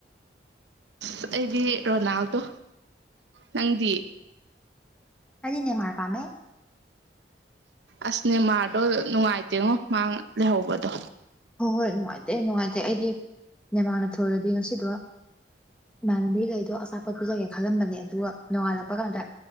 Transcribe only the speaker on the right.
ꯑꯁ ꯑꯩꯗꯤ ꯔꯣꯅꯥꯜꯗꯣ ꯅꯪꯗꯤ
ꯑꯁꯅꯦ ꯃꯥꯔꯗꯣ ꯅꯨꯡꯉꯥꯏꯇꯦꯉꯣ ꯃꯥꯥꯡ ꯂꯩꯍꯧꯕꯗꯣ